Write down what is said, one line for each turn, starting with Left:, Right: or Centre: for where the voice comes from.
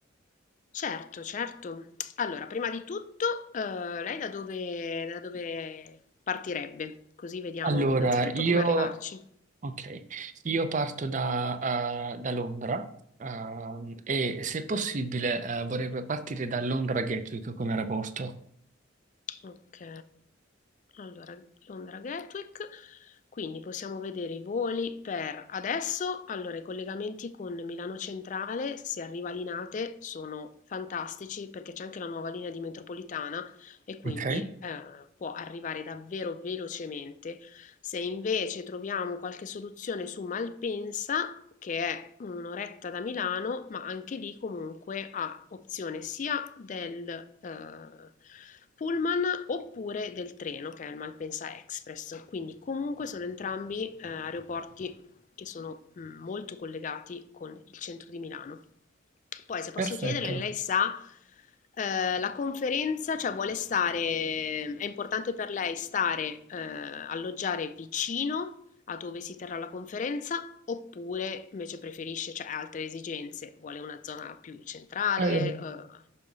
Left: Certo, certo. Allora, prima di tutto, eh, lei da dove, da dove partirebbe? Così vediamo
Right: Allora,
Left: innanzitutto
Right: io
Left: come arrivarci.
Right: Ok, io parto da, eh, da Londra ehm, e se possibile eh, vorrei partire da Londra Gatwick come aeroporto.
Left: Ok, allora Londra Gatwick, quindi possiamo vedere i voli per adesso, allora i collegamenti con Milano Centrale, se arriva a Linate, sono fantastici perché c'è anche la nuova linea di metropolitana e quindi
Right: Ok,
Left: eh, può arrivare davvero velocemente. Se invece troviamo qualche soluzione su Malpensa, che è un'oretta da Milano, ma anche lì comunque ha opzione sia del eh, pullman oppure del treno, che è il Malpensa Express. Quindi comunque sono entrambi eh, aeroporti che sono mh, molto collegati con il centro di Milano. Poi, se posso
Right: perfetto.
Left: chiederle, lei sa, eh, la conferenza, cioè vuole stare, è importante per lei stare, eh, alloggiare vicino a dove si terrà la conferenza, oppure invece preferisce, cioè ha altre esigenze, vuole una zona più centrale.
Right: Allo-
Left: eh.